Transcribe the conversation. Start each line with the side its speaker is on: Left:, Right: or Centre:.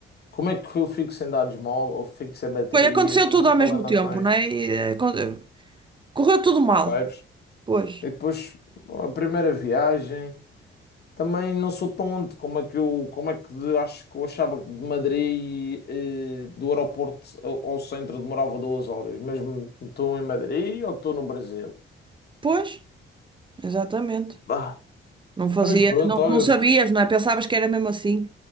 Left: Como é que eu fico sem dados móvel, fico sem bateria?
Right: Pois aconteceu
Left: Como
Right: tudo
Left: é
Right: ao
Left: que ela
Right: mesmo
Left: não
Right: tempo,
Left: tem,
Right: não é? E, eh, con- eh, Correu tudo mal.
Left: sabes?
Right: Pois,
Left: E depois, a primeira viagem, também não sou tonto. Como é que eu, como é que de- acho que eu achava que de Madrid, eh, do aeroporto ao, ao centro demorava duas horas, mesmo estou em Madrid ou estou no Brasil?
Right: pois, exatamente.
Left: Bah,
Right: Não fazia,
Left: mas pronto,
Right: não,
Left: olha,
Right: não sabias, não é? Pensavas que era mesmo assim.